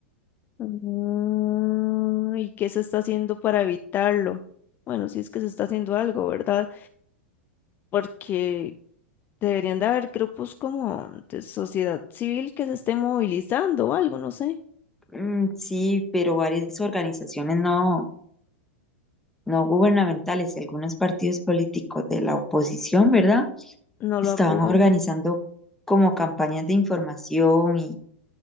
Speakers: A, on the left; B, in the centre.
A: Ah, ¿y qué se está haciendo para evitarlo? Bueno, si es que se está haciendo algo, ¿verdad? Porque deberían de haber grupos como de sociedad civil que se esté movilizando o algo, no sé.
B: Mm, sí, pero varias organizaciones no, no gubernamentales y algunos partidos políticos de la oposición, ¿verdad?
A: No
B: Estaban
A: lo apoyan.
B: organizando como campañas de información y,